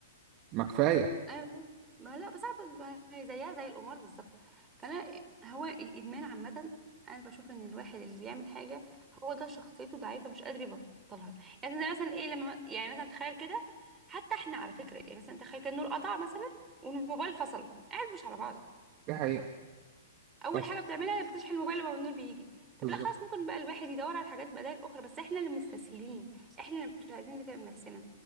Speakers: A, on the right; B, on the right.
A: ما كفايه
B: ايوه فاهم. ما لا بس عارفة ما هي زيها زي القمار بالظبط فانا هو الادمان عامه انا بشوف ان الواحد اللي بيعمل حاجه هو ده شخصيته ضعيفه مش قادر يبطلها يعني زي مثلا ايه لما يعني مثلا تخيل كده حتى احنا على فكره يعني مثلا تخيل كده النور قطع مثلا والموبايل فصل قاعد مش على بعض
A: دي حقيقه
B: اول
A: بس
B: حاجه بتعملها بتشحن الموبايل لما النور بيجي
A: بالظبط
B: طب لا خلاص ممكن بقى الواحد يدور على حاجات بدائل اخرى بس احنا اللي مستسهلين احنا اللي مش عايزين نتعب نفسنا